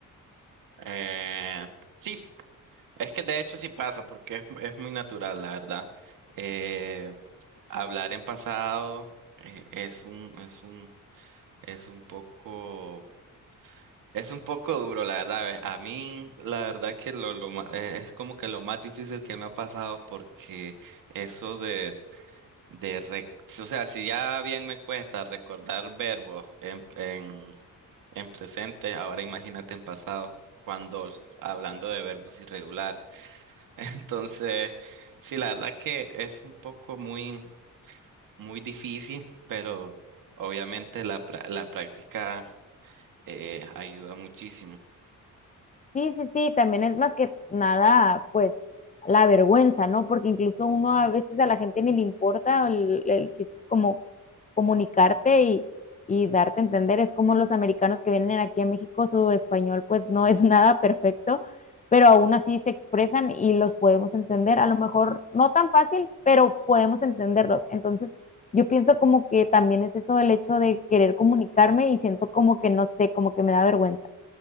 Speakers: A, on the right; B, on the left.
A: Eh, sí, es que de hecho sí pasa, porque es, es muy natural, la verdad. Eh, hablar en pasado eh, es un, es un, es un poco Es un poco duro, la verdad. A mí, la verdad que lo, lo ma- eh, es como que lo más difícil que me ha pasado porque eso de, de re- o sea, si ya bien me cuesta recordar verbos en, en, en presente, ahora imagínate en pasado, cuando s- hablando de verbos irregulares. <laughs> Entonces, sí, la verdad que es un poco muy, muy difícil, pero obviamente la, pra- la práctica eh, ayuda muchísimo.
B: Sí, sí, sí, también es más que nada, pues, la vergüenza, ¿no? Porque incluso uno a veces a la gente ni le importa, el, el chiste es como comunicarte y, y darte a entender, es como los americanos que vienen aquí a México, su español pues no es <laughs> nada perfecto, pero aún así se expresan y los podemos entender, a lo mejor no tan fácil, pero podemos entenderlos. Entonces, yo pienso como que también es eso el hecho de querer comunicarme y siento como que no sé, como que me da vergüenza.